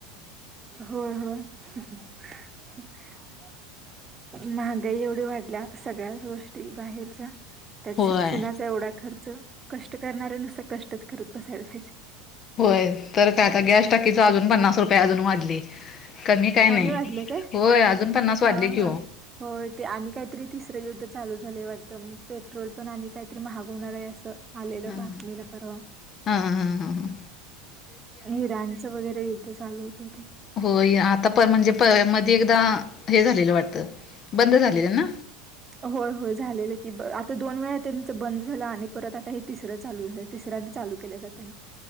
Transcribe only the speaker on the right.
होय होय. <unintelligible> महागाई एवढी वाढल्या सगळ्याच गोष्टी बाहेरच्या. त्यात
शिक्षणाचा एवढा खर्च कष्ट करणाऱ्या नुसार कष्टच करत बसायला पाहिजे.
आणि वाढले काय?
हा
हा
होय ते आणि काहीतरी तिसरं युद्ध चालू झालंय वाटतं मग पेट्रोल पण आणि काहीतरी महाग होणार आहे असं. आलेलं
बातमीला परवा.
इराणचं वगैरे युद्ध चालू होतं ते.
होय होय झालेलं की आता दोन वेळा त्यांंत बंद झाला आणि परत आता हे तिसरं चालू आहे. तिसऱ्यांद चालू केल्या जात आहे.